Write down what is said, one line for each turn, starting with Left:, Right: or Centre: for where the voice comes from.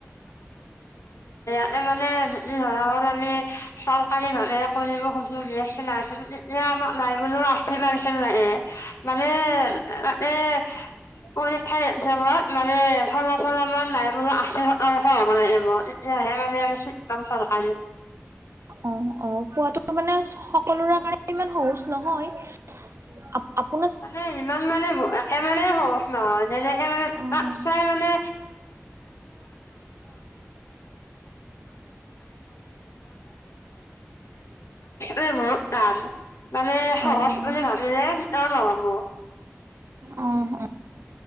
Left: এ মানে যদি ধৰা হ'ল আমি চৰকাৰী ভাৱে কৰিব খুজিছো বি এচ চি নাৰ্চিং তেতিয়া আমাক নাই বোলো আচি পাৰ্চেণ্ট লাগে। মানে-মানে পৰীক্ষাৰ একজামত মানে ফলা ফলাবই নাই। <unintelligible> তিয়াহে মানে আমি চিত পাম চৰকাৰীত।
Right: অ', অ', পোৱাটো মানে সকলোৰে কাৰণে ইমান সহজ নহয়। আপ, আপ।
Left: মানে ইমান মানে একেবাৰে সহজ নহয় যেনেকে মানে
Right: অ'।
Left: আক চাই মানে ৰেচ মানে
Right: হয়
Left: সহজ
Right: হয়
Left: বুলি ভাবিলে অ'।
Right: অ অ